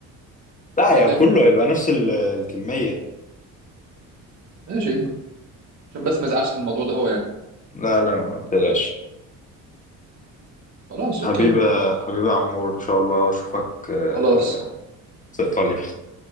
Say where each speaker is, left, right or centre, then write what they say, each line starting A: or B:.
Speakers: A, on the left; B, on the right.
A: لا
B: فاهم
A: يا
B: قصدي
A: كله هيبقى نفس ال- الكميه
B: ماشي عشان بس ما يزعلش من الموضوع ده هو يعني
A: لا لا ما تقلقش
B: خلاص اوكي
A: حبيبة حبيبة عمور إن شاء الله أشوفك آه،
B: خلاص
A: في إيطاليا إن